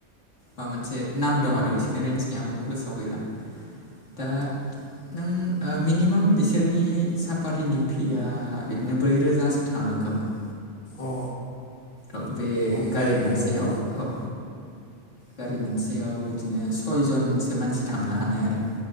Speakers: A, on the left; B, on the left.
A: बा मोनसे नाम दं आरो बिसिरनि रेन्जनि आं बेखौ गोसोआव गैला। दा नों ओ मिनिमाम बिसोरनि साफारिनि फिया बिदिनो ब्रै रोजासो थाङो खोमा।
B: अ
A: औ बे
B: ओमफ्राय
A: गारि मोनसेयाव
B: जेनेबा
A: औ। गारि मोनसेआव बिदिनो सयजनसो मानसि थांनो हानाय आरो।